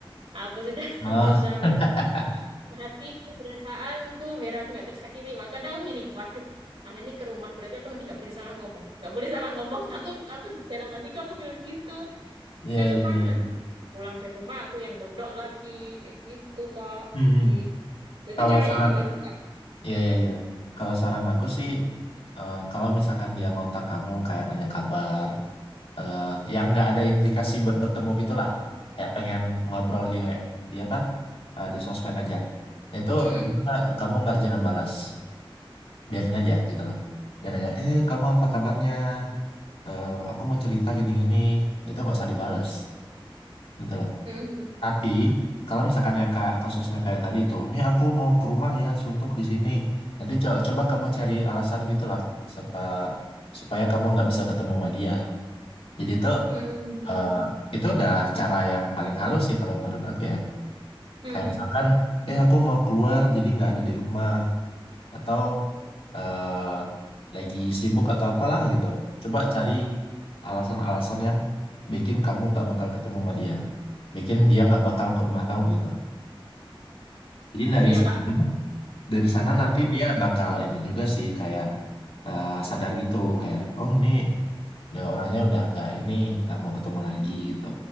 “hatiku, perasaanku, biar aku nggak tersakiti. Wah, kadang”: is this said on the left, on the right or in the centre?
Right